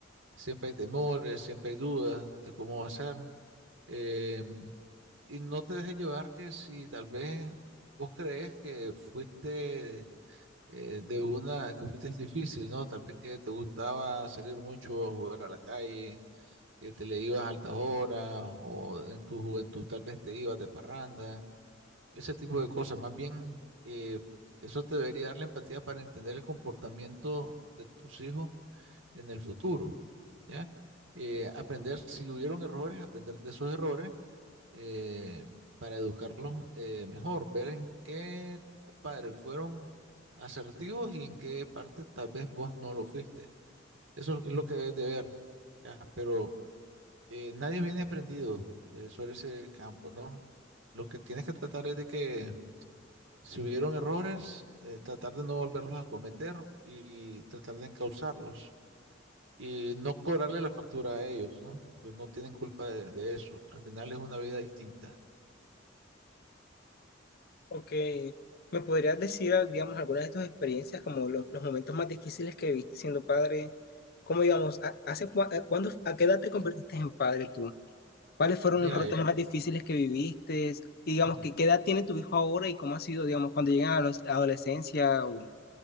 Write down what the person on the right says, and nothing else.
siempre hay temores, siempre hay dudas de cómo va a ser. Eh, y no te dejes llevar que si tal vez vos crees que fuiste eh, de una, que fuiste difícil, ¿no? Tal vez que te gustaba salir mucho a jugar a la calle, que te le ibas a altas horas, o en tu juventud tal vez te ibas de parranda ese tipo de cosas. Más bien, eh, eso te debería dar la empatía para entender el comportamiento de tus hijos en el futuro, ¿ya? Eh, aprender, si hubieron errores, aprender de esos errores eh, para educarlos eh, mejor, ver en qué padres fueron asertivos y en qué parte tal vez vos no lo fuiste. Eso es lo que debes de ver, ¿ya? Pero eh, nadie viene aprendido eh, sobre ese campo, ¿no? Lo que tienes que tratar es de que si hubieron errores, eh, tratar de no volverlos a cometer y tratar de encauzarlos y no cobrarle la factura a ellos, ¿no? Porque no tienen culpa de, de eso. Al final es una vida distinta.
Mira,
eh,
mm,